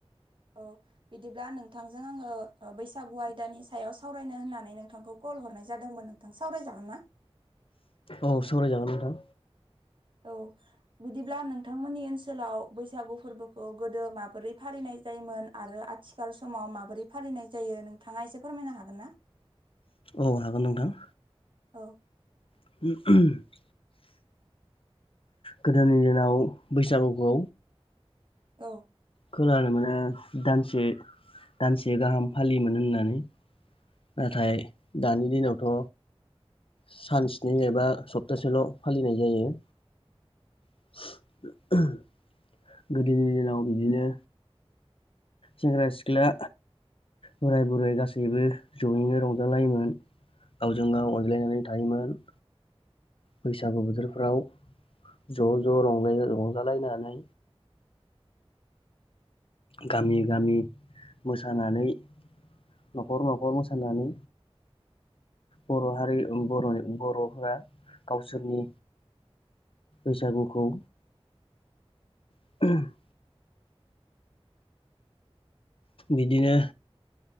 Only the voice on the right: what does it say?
औ। बिदिब्ला नोंथांजों आङो ओ बैसागु आयदानि सायाव सावरायनो होननानै नोंथांखौ कल हरनाय जादोंमोन नों थां सावरायजागोन ना?
औ। बिदिब्ला नोंथांमोननि ओनसोलाव बैसागु फोरबोखौ गोदो माबोरै फालिनाय जायोमोन आरो आथि खाल समाव माबोरै फालिनाय जायो नोंथाङा एसे फोरमायनो हागोन ना?
औ।
औ।